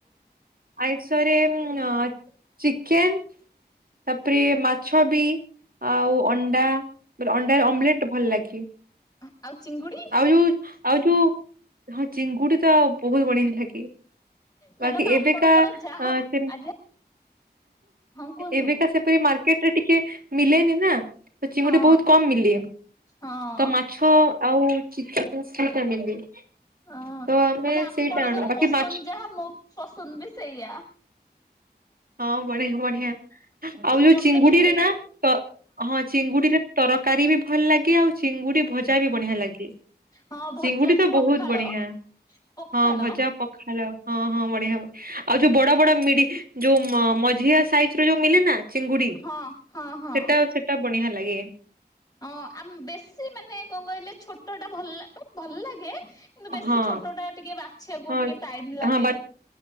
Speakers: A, on the right; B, on the left.
A: ଆଇଁଷରେ ଉଁ-ଆଁ ଚିକେନ ତାପରେ ମାଛ ବି। ଆଉ ଅଣ୍ଡା କହିଲି ଅଣ୍ଡା ଅମଲେଟ ଭଲ ଲାଗେ।
B: ଆ-ଆଉ ଚିଙ୍ଗୁଡି।
A: ଆଉ ଯୋଉ ଆଉ ଯୋଉ ହଁ ଚିଙ୍ଗୁଡି ତ ବହୁତ ବଢିଆ ଲାଗେ।
B: ମ୍ୟାଡାମ
A: ବାକି
B: ଆପଣଙ୍କର
A: ଏବେ କା
B: ଯାହା
A: ଆଁ ସେମ
B: ଆଜ୍ଞା ହଁ କୁହନ୍ତୁ
A: ଏବେକା ସେପରି ମାର୍କେଟରେ ଟିକେ ମିଲେନି ନା। ତ ଚିଙ୍ଗୁଡି
B: ହଁ
A: ବହୁତ କମ ମିଲେ
B: ହଁ।
A: ତ ମାଛ ଆଉ ଚିକେନ ସେଇଟା ମିଲେ
B: ହଁ
A: ତ ଆମେ
B: ମାନେ ଆପଣଙ୍କର
A: ସେଇଟା ଆଣୁ ବାକି
B: ପସନ୍ଦ
A: ମା
B: ଯାହା ମୋ ପସନ୍ଦ ବି ସେଇଆ।
A: ହଁ ବଢିଆ ବଢିଆ ଆଉ ଯୋଉ
B: ମତେ
A: ଚିଙ୍ଗୁଡି
B: ବି ସେଇ
A: ରେ ନା ତ ହଁ। ଚିଙ୍ଗୁଡିରେ ଟରକାରୀ ବି ଭଲ ଲାଗେ ଆଉ ଚିଙ୍ଗୁଡି ଭଜା ବି ବଢିଆ ଲାଗେ।
B: ହଁ ଭଜାକୁ
A: ଚିଙ୍ଗୁଡି ତ
B: ପଖାଳ
A: ବହୁତ ବଢିଆ
B: ପଖାଳ
A: ହଁ ଭଜା ପଖାଳ ହଁ ହଁ ବଢିଆ ଆଉ ଯୋଉ ବଡ ବଡ ମିଡି ଯୋଉ ମ-ମଝିଆ ସାଇଜ ର ଯୋଉ ମିଲେ ନା ଚିଙ୍ଗୁଡି
B: ହଁ ହଁ ହଁ।
A: ସେଟା ସେ ସେଟା ବଢିଆ ଲାଗେ।
B: ହଁ ଆମ୍ ବେଶୀ ମାନେ କଣ କହିଲେ ଛୋଟଟା ଭଲ ଭଲ ଲାଗେ। କିନ୍ତୁ ବେଶୀ
A: ହଁ
B: ଛୋଟ ଟା ଟିକେ ବାଛିବାକୁ
A: ହଁ
B: ଟିକେ ଟାଇମ ଲାଗେ
A: ହଁ